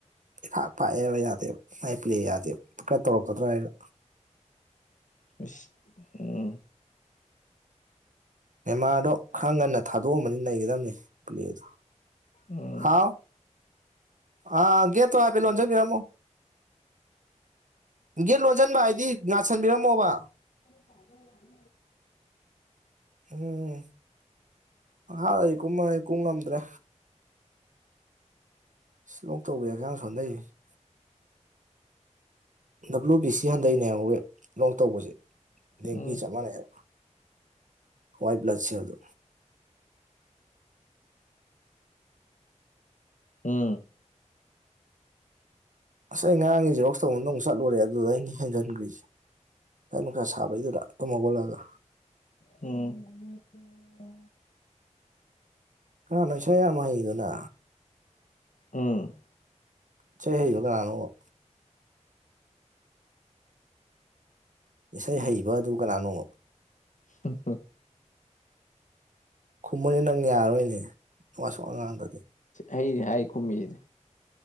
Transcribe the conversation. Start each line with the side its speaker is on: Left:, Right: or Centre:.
Right: ꯏꯐꯥꯛ ꯄꯥꯛꯑꯦꯕ ꯌꯥꯗꯦꯕ ꯃꯥꯏ ꯄ꯭ꯂꯦ ꯌꯥꯗꯦꯕꯀꯔ ꯇꯧꯔꯛꯀꯗ꯭ꯔꯥ ꯍꯥꯏꯔ꯫
Left: ꯏꯁ ꯎꯝ꯫
Right: ꯅꯦꯃꯥꯗꯣ ꯈꯔ ꯉꯟꯅ ꯊꯥꯗꯣꯛꯑꯃꯗꯤ ꯅꯩꯒꯗꯕꯅꯦ ꯄꯨꯂꯦꯗꯣ
Left: ꯎꯝ
Right: ꯍꯥꯎ꯫ ꯑꯥ ꯒꯦ ꯇꯣ ꯍꯥꯏꯐꯦꯠ ꯂꯣꯟꯖꯟ ꯕꯤꯔꯝꯃꯣ꯫ ꯒꯦꯠ ꯂꯣꯟꯁꯤꯟꯕ ꯍꯥꯏꯗꯤ ꯉꯁꯤꯟꯕꯤꯔꯝꯃꯣꯕ꯫
Left: ꯇꯕ ꯌꯥꯝ
Right: ꯎꯝ ꯃꯈꯥꯗꯗꯤ ꯀꯨꯝꯃꯉꯩ ꯀꯨꯝ ꯉꯝꯗ꯭ꯔꯦ <unintelligible> ꯗꯕ꯭ꯂꯨ ꯕꯤ ꯁꯤ ꯍꯟꯊꯩꯅꯦꯕ ꯑꯩꯣꯏ ꯂꯣꯛ ꯇꯧꯕꯁꯦ ꯦꯡꯒꯤ
Left: ꯎꯝ
Right: ꯆꯞ ꯃꯥꯟꯅꯩꯑꯕ ꯋꯥꯏꯠ ꯕ꯭ꯂꯁꯦꯔꯣ
Left: ꯎꯝ
Right: ꯑꯁ ꯑꯩ ꯉꯔꯥꯡꯒꯤꯁꯦ ꯔꯣꯛꯁ ꯇꯧꯗ ꯑꯃꯨꯛ ꯆꯠꯂꯨꯔꯦ ꯑꯗꯨꯗ ꯑꯩꯅ ꯍꯦꯟꯖꯟꯈ꯭ꯔꯤꯁꯦ ꯐ ꯅꯨꯡ ꯈꯥꯏ ꯁꯥꯕꯩꯗꯨꯗ ꯇꯨꯝꯃꯒꯣꯠꯂꯒ
Left: ꯎꯝ
Right: ꯈꯔ ꯅꯣꯏꯁꯥ ꯌꯥꯝ ꯍꯩꯗꯨꯅ꯫
Left: ꯎꯝ꯫
Right: ꯆꯩ ꯍꯥꯏꯗꯣ ꯀꯥꯅꯅꯣꯕ꯫ ꯏꯁꯩ ꯍꯩꯕ ꯑꯗꯨ ꯀꯅꯥꯅꯣ꯫
Left: ꯍꯝ ꯍꯝ꯫
Right: ꯈꯨꯝꯃꯨꯅꯤ ꯅꯪ ꯌꯥꯔꯣꯏꯅꯦ ꯋꯥ ꯁꯨꯉꯥ ꯉꯥꯡꯗꯔꯗꯤ ꯫
Left: ꯑꯩꯅꯦ ꯍꯥꯏ ꯀꯨꯝꯃꯤꯁꯤꯗꯤ꯫